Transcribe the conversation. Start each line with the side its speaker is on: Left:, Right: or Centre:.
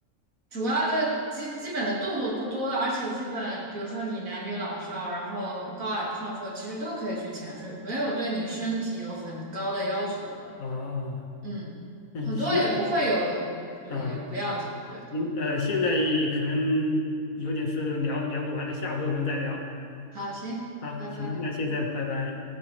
Right: 主要的基基本的动作不多了，而且基本比如说你男女老少，然后高矮胖瘦，其实都可以去潜水，没有对你身体有很高的要求的。
Left: 啊，
Right: 嗯，
Left: 嗯，
Right: 很多也不会游泳的，
Left: 行
Right: 所以也不要紧。
Left: 啊，
Right: 对，
Left: 行呃，现在可能有点事聊聊不完了，下回我们再聊
Right: 好，行，
Left: 啊。
Right: 拜拜。
Left: 行，那现在拜拜。